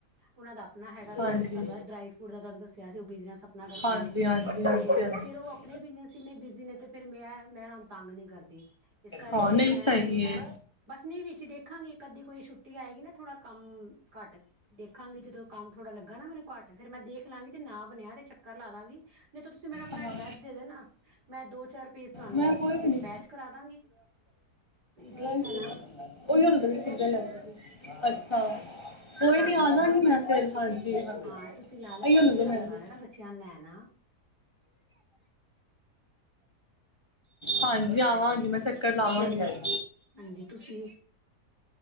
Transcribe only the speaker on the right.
ਓਨ੍ਹਾਂ ਦਾ ਅਪਣਾ ਹੈਗਾ
ਬਿਜਨਸ ਤੁਵਾਨੂੰ ਪਤੈ ਡਰਾਈ ਫਰੂਟ ਦਾ ਤੁਵਾਨੂੰ ਦੱਸਿਆ ਸੀ, ਓ ਅਪਣਾ ਕਰਦੇ
ਨੇ
ਤੇ
ਫੇਰ ਔ ਅਪਣੇ ਬਿਨਸ ਇੰਨੇ ਬਿਜੀ ਨੇ ਤੇ ਫੇਰ ਮੈਂ ਮੈਂ ਓਨਾ ਨੂ ਤੰਗ ਨੀ ਕਰਦੀ ਇਸ ਕਰਕੇ
ਫੇਰ
ਮੈਂ
ਬਸ ਨ੍ਹੀਂ ਵਿੱਚ ਦੇਖਾਂਗੇ ਇੱਕ ਅੱਧੀ ਕੋਈ ਛੁੱਟੀ ਆਏਗੀ ਨਾ ਥੋੜਾ ਕੰਮ ਘੱਟ ਦੇਖਾਂਗੇ ਜਦੋਂ ਕੰਮ ਥੋੜਾ ਲੱਗਾ ਨਾ ਮੈਨੂੰ ਘੱਟ ਫੇਰ ਮੈਂ ਦੇਖ ਲਾਂਗੀ ਤੇ ਨਾ ਬਨਯਾ ਜਾਂ ਤੇ ਚੱਕਰ ਲਾ ਦਾਂਗੀ ਨ੍ਹੀਂ ਤੋ ਤੁਸੀਂ ਮੈਨੂੰ ਅਪਣਾ
ਅਡਰੈਸ ਦੇ ਦੇਨਾ ਮੈਂ ਦੋ ਚਾਰ ਪੀਸ ਤੁਵਾਨੂੰ
ਡਿਸਪੈਚ
ਕਰਾ ਦਾਂਗੀ। ਦੇਖ
ਲੈਣਾ
ਹਾਂਜੀ
ਹਾਂਜੀ
ਹਾਂ, ਤੁਸੀਂ ਲਾ ਲੈਣਾ ਚੱਕਰ
ਲਗਾ ਲੈਣਾ ਬਚ ਬੱਚਿਆਂ ਨੂੰ ਲੈ ਆਣਾ
ਹਾਂਜੀ, ਤੁਸੀਂ